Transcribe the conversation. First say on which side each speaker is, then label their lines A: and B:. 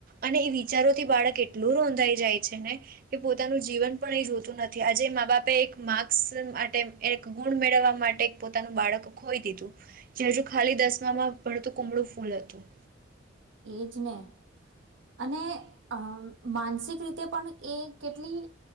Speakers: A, on the right (about 45°); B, on the right (about 75°).
A: અને એ વિચારોથી બાળક એટલું રોંધાઈ જાય છે ને કે પોતાનું જીવન પણ એ જોતું નથી આજે મા બાપે એક માર્ક્સ માટે એક ગુણ મેળવવા માટે. પોતાનું બાળક ખોઈ દીધું. જે હજુ ખાલી દસમામાં ભડતું કુમળું ફૂલ હતું.
B: એજ ને અને અ માનસિક રીતે પણ એ કેટલી